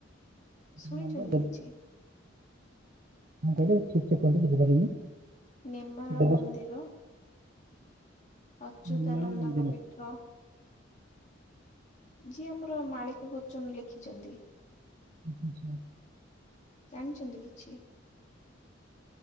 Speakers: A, on the left (about 40°); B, on the right (about 50°).
A: ଶୁଣିଛନ୍ତି
B: ନମ୍ବର ଦେବ
A: କିଛି?
B: କଣ କହିଲେ ଠିକ ସେ କହିଲେ ବୁଝିପାରିଲିନି।
A: ନେମାଳ
B: ଦେବ
A: ମନ୍ଦିର। ଅଚ୍ୟୁତାନନ୍ଦଙ୍କ
B: ନିର୍ମାଳ ମନ୍ଦିର।
A: ପୀଠ। ଯିଏ ଆମର ମାଳିକା ବଚନ ଲେଖିଛନ୍ତି।
B: ଆଛା ଆଛା।
A: ଜାଣିଛନ୍ତି କିଛି?